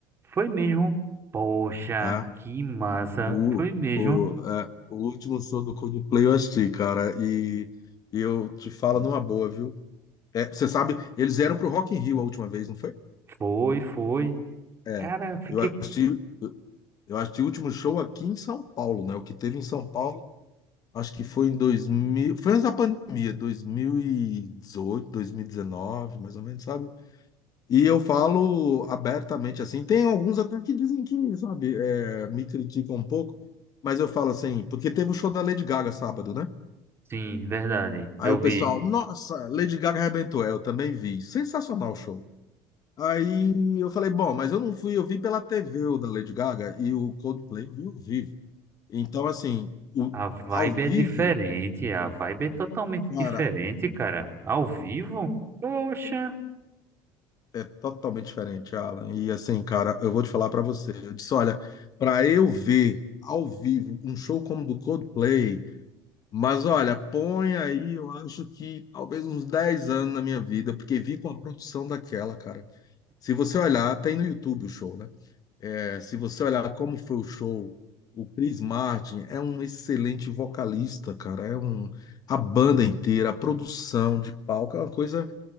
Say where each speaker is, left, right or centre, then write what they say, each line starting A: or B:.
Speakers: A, on the right; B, on the left.
A: Foi mesmo. Poxa,
B: tá?
A: que massa.
B: O,
A: Foi mesmo.
B: o, é, o último show do Coldplay eu assisti, cara, e eu te falo numa boa, viu? É, você sabe, eles vieram pro Rock in Rio a última vez, não foi?
A: Foi, foi.
B: É,
A: Cara, fiquei.
B: eu assisti, eu assisti o último show aqui em São Paulo, né? O que teve em São Paulo Acho que foi em 2000, foi antes da pandemia, 2018, 2019, mais ou menos, sabe? E eu falo abertamente assim. Tem alguns até que dizem que, sabe, é, me criticam um pouco, mas eu falo assim, porque teve o show da Lady Gaga sábado, né?
A: Sim, verdade.
B: Aí
A: Eu
B: o
A: vi.
B: pessoal, nossa, Lady Gaga arrebentou. É, Eu também vi. Sensacional o show. Aí eu falei, bom, mas eu não fui, eu vi pela TV o da Lady Gaga e o Coldplay eu vi ao vivo. Então, assim, o,
A: A vibe
B: ao vivo,
A: é diferente, a vibe é totalmente
B: cara.
A: diferente, cara. Ao vivo? Poxa.
B: É totalmente diferente, Alan. E assim, cara, eu vou te falar pra você. Eu disse, olha, pra eu ver ao vivo um show como o do Coldplay, mas olha, põe aí, eu acho que talvez uns 10 anos na minha vida, porque vi com a produção daquela, cara. Se você olhar, tem no YouTube o show, né? É, se você olhar como foi o show, o Chris Martin é um excelente vocalista, cara. É um a banda inteira, a produção de palco, é uma coisa